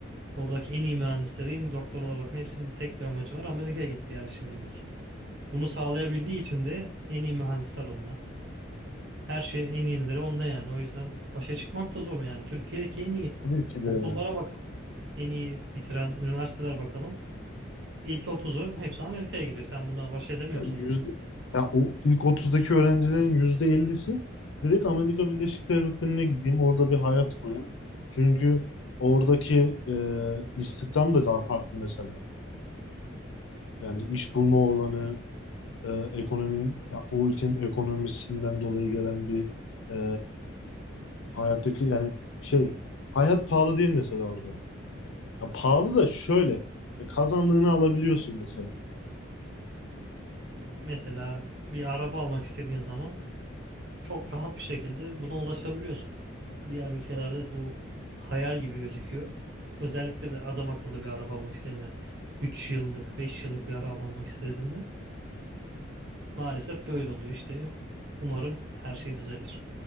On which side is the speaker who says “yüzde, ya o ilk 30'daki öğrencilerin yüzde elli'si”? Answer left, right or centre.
Left